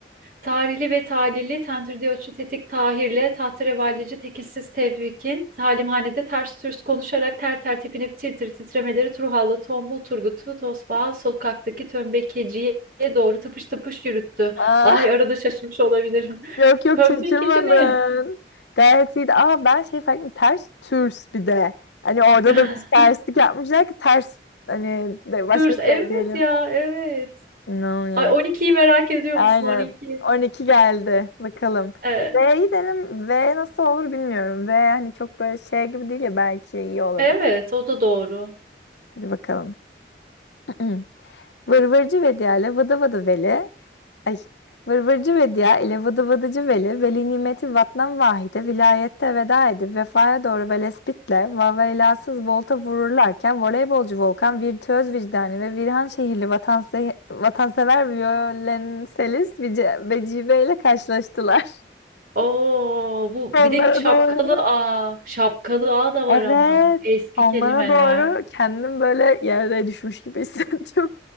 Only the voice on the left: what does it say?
Aa,
<laughs>
yok yok
şaşırmadın.
Gayet iyiydi. Aa ben şey fark ettim. Ters türs bir de. Hani orada
da bir terslik yapmışlar ki ters hani de başka
bir
şey diyelim.
İnanamıyorum.
Aynen.
on iki geldi. Bakalım.
V'yi denem. V nasıl olur bilmiyorum. V hani çok böyle şey gibi değil ya belki iyi olabilir.
Hadi bakalım. <clears throat> Vırvırcı Vedia ile Vıdı Vıdı Veli. Ay. Vırvırcı Vedia ile Vıdı Vıdıcı Veli. Veli nimeti vatnan vahide. Vilayette veda edip vefaya doğru velespitle vaveylasız volta vururlarken voleybolcu Volkan virtüöz vicdani ve Virhan şehirli vatanse vatansever Violenselis Vice- Vecibe ile karşılaştılar. <laughs>
Onlara
doğru.
Evet.
Onlara
doğru kendim böyle yere düşmüş gibi hissettim.